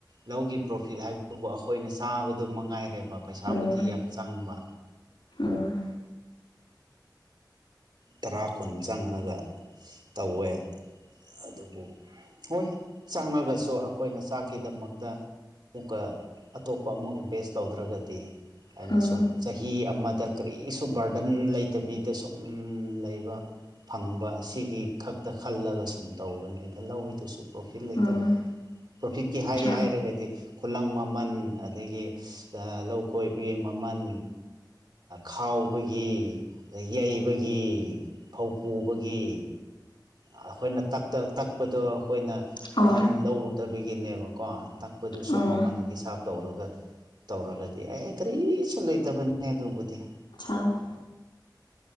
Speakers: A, on the right; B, on the left.
A: ꯂꯧꯒꯤ ꯄ꯭ꯔꯣꯐꯤꯠ ꯍꯥꯏꯕꯗꯨꯕꯨ ꯑꯩꯈꯣꯏꯅ ꯆꯥꯕꯗꯨ ꯃꯉꯥꯏꯔꯦꯕ ꯄꯩꯁꯥꯕꯨꯗꯤ
B: ꯎꯝ
A: ꯌꯥꯝ ꯆꯪꯕ
B: ꯎꯝ
A: ꯇꯔꯥ ꯀꯨꯟ ꯆꯪꯂꯒ ꯇꯧꯋꯦ ꯑꯗꯨꯕꯨ ꯍꯣꯏ ꯆꯪꯉꯒꯁꯨ ꯑꯩꯈꯣꯏꯅ ꯆꯥꯛꯀꯤꯗꯃꯛꯇ ꯑꯃꯨꯛꯀ ꯑꯇꯣꯞꯄ ꯑꯃꯨꯛ ꯏꯟꯚꯦꯁ ꯇꯧꯗ꯭ꯔꯒꯗꯤ ꯍꯥꯏꯅ
B: ꯎꯝ
A: ꯁꯨꯝ ꯆꯍꯤ ꯑꯃꯗ ꯀꯔꯤꯁꯨ ꯕꯔꯗꯟ ꯂꯩꯇꯕꯤꯗ ꯁꯨꯝ ꯂꯩꯕ ꯐꯪꯕ ꯁꯤꯒꯤ ꯈꯛꯇ ꯈꯜꯂꯒ ꯁꯨꯝ ꯇꯧꯕꯅꯦꯗ ꯂꯧꯋꯗꯨꯁꯨ ꯄ꯭ꯔꯣꯐꯤꯠ ꯂꯩꯇꯕꯅꯤꯗ
B: ꯎꯝ
A: ꯄ꯭ꯔꯣꯐꯤꯠꯀꯤ ꯍꯥꯏꯒꯦ
B: ꯑꯆꯥ
A: ꯍꯥꯏꯔꯒꯗꯤ ꯈꯨꯂꯪ ꯃꯃꯟ ꯑꯗꯒꯤ ꯂꯧ ꯈꯣꯏꯕꯒꯤ ꯃꯃꯜ ꯈꯥꯎꯕꯒꯤ ꯌꯩꯕꯒꯤ ꯐꯧ ꯄꯨꯕꯒꯤ ꯑꯩꯈꯣꯏꯅ ꯇꯛꯄꯗꯣ ꯑꯩꯈꯣꯏꯅ
B: ꯑꯣ
A: ꯃꯃꯜ ꯂꯧ ꯇꯕꯤꯒꯤꯅꯦꯕꯀꯣ ꯇꯛꯄꯗꯨꯁꯨ
B: ꯎꯝ
A: ꯃꯃꯜ ꯍꯤꯁꯥꯞ ꯇꯧꯔꯒ ꯇꯧꯔꯒꯗꯤ ꯑꯦ ꯀꯔꯤꯁꯨ ꯂꯩꯇꯕꯅꯤ ꯑꯗꯨꯕꯨꯗꯤ
B: ꯑ <unintelligible>